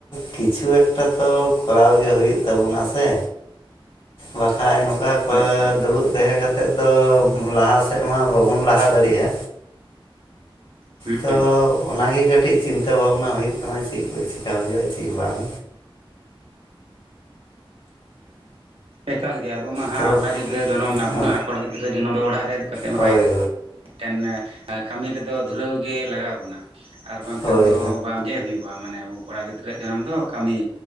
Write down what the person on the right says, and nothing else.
ᱦᱳᱭ ᱦᱳᱭ
ᱦᱩᱸ
ᱮᱠᱟᱞ ᱜᱮ ᱟᱵᱚ ᱢᱟ ᱦᱟᱸᱜ
ᱚᱠᱟ ᱜᱤᱫᱽᱨᱟᱹ ᱡᱚᱱᱚᱢ ᱢᱮᱱᱟᱜ ᱵᱚᱱᱟ
ᱠᱚᱲᱟ ᱜᱤᱫᱽᱨᱟᱹ ᱡᱚᱱᱚᱢ ᱫᱚ ᱚᱲᱟᱜ ᱨᱮ ᱫᱩᱲᱩᱵ ᱠᱟᱛᱮ ᱢᱟ
ᱵᱟᱭ
ᱢᱤᱫᱴᱮᱱ ᱠᱟᱹᱢᱤ ᱨᱮᱫᱚ ᱫᱷᱩᱨᱟᱹᱣ ᱜᱮ ᱞᱟᱜᱟᱣ ᱵᱚᱱᱟ ᱟᱨ ᱵᱟᱝᱠᱷᱟᱱ
ᱫᱚ ᱵᱟᱝᱜᱮ ᱦᱩᱭᱩᱜ ᱵᱟ ᱢᱟᱱᱮ ᱟᱵᱚ ᱠᱚᱲᱟ ᱜᱤᱫᱽᱨᱟᱹ ᱡᱟᱱᱟᱢ ᱫᱚ ᱠᱟᱹᱢᱤ